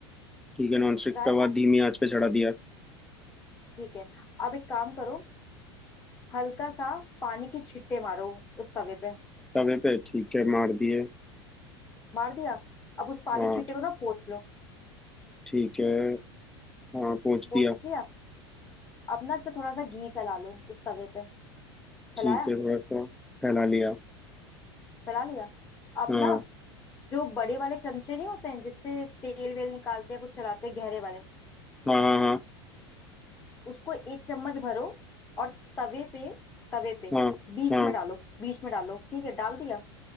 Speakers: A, in the centre; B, on the left.
A: ठीक है नॉन स्टिक
B: चढ़ाया
A: तवा धीमी आंच पे चढ़ा दिया
B: ठीक है अब एक काम करो हल्का सा पानी के छिट्टे मारो उस तवे पे
A: तवे पे ठीक है मार दिए
B: मार दिया अब उस पानी
A: हाँ
B: के छिट्टे को ना पोंछ लो
A: ठीक है हाँ पोंछ
B: पोंछ
A: दिया
B: लिया अब ना इसमें थोड़ा सा घी फैला लो उस तवे पे फैलाया
A: ठीक है थोड़ा सा फैला लिया
B: फैला लिया अब
A: हाँ
B: ना जो बड़े वाले चमचे नहीं होते हैं जिससे तेल वेल निकालते हैं कुछ चलाते हैं गहरे वाले
A: हाँ हाँ हाँ
B: उसको एक चम्मच भरो और तवे पे तवे पे
A: हाँ
B: बीच
A: हाँ
B: में डालो बीच में डालो ठीक है डाल दिया